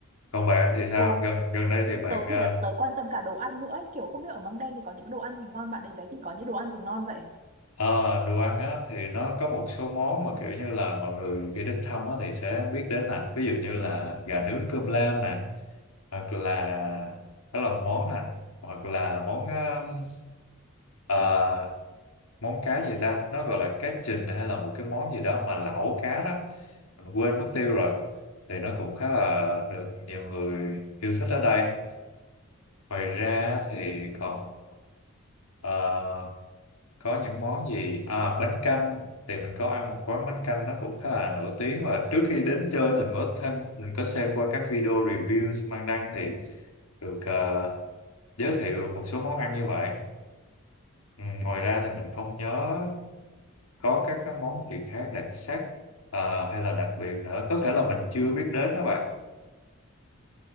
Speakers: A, on the left; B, on the right.
A: còn bạn thì sao
B: ừ
A: gần gần đây thì bạn
B: tớ
A: ờ,
B: thì tớ quan tâm cả đồ ăn nữa ấy. kiểu không biết ở măng đen thì có những đồ ăn gì ngon bạn đến đấy thì có những đồ ăn gì ngon vậy
A: Ờ, đồ ăn á thì nó có một số món mà kiểu như là mọi người khi đến thăm á thì sẽ biết đến nè ví dụ như là gà nướng cơm lam nè hoặc là đó là món nè hoặc là món um, ờ, món cá gì ta nó gọi là cá trình hay là một cái món gì đó mà lẩu cá đó mình quên mất tiêu rồi thì nó cũng khá là được nhiều người yêu thích ở đây ngoài ra thì còn uh, có những món gì à bánh canh thì mình có ăn một quán bánh canh nó cũng khá là nổi tiếng và trước khi đến chơi thì mình có thêm mình có xem qua các video reviews mang đăng thì được ờ, giới thiệu một số món ăn như vậy ừ, ngoài ra thì mình không nhớ có các cái món gì khác đặc sắc ờ, hay là đặc biệt nữa có thể là mình chưa biết đến đó bạn